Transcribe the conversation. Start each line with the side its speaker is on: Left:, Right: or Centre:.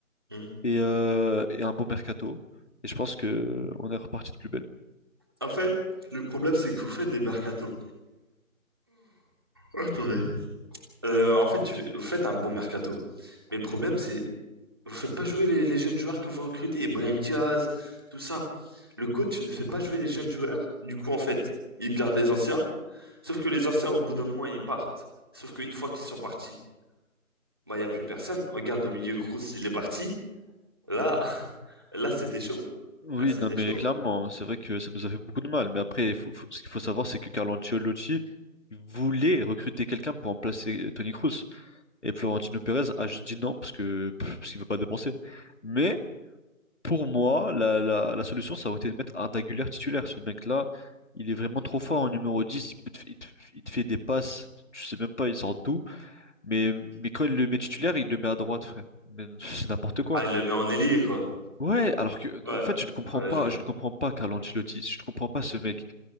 Right: Hmm
Left: et, euh, et un bon mercato. Et je pense que on est reparti de plus belle.
Right: En fait, le problème, c'est que vous faites des mercatos. Attendez. Euh, en fait, tu- vous faites un bon mercato. Mais le problème, c'est Vous faites pas jouer les, les jeunes joueurs que vous recrutez, Brahim Diaz, tout ça. Le coach ne fait pas jouer les jeunes joueurs. Du coup, en fait, il garde les anciens. Sauf que les anciens, au bout d'un moment, ils partent. Sauf qu'une fois qu'ils sont partis, bah, il n'y a plus personne. Regarde au milieu, Kroos, il est parti. Là, <laughs> là, c'était chaud.
Left: Oui,
Right: Là, c'était
Left: non, mais
Right: chaud.
Left: clairement, hein, c'est vrai que ça nous a fait beaucoup de mal. Mais après, il faut- faut- ce qu'il faut savoir, c'est que Carlo Ancelotti voulait recruter quelqu'un pour remplacer Tony Cruz. Et Florentino Pérez a juste dit non parce que pff, parce qu'il veut pas dépenser. Mais pour moi, la, la, la solution, ça aurait été de mettre Arda Güler titulaire. Ce mec-là, il est vraiment trop fort en numéro 10. Il, peut te- il te il te fait des passes, tu sais même pas, il sort d'où. Mais, mais quand il le met titulaire, il le met à droite, frère. Mais c'est n'importe quoi.
Right: Ah, il le met en ailier, quoi.
Left: Ouais, alors que
Right: Ouais.
Left: en fait, je ne comprends
Right: Ouais,
Left: pas,
Right: je vois.
Left: je ne comprends pas Carlo Ancelotti, je ne comprends pas ce mec.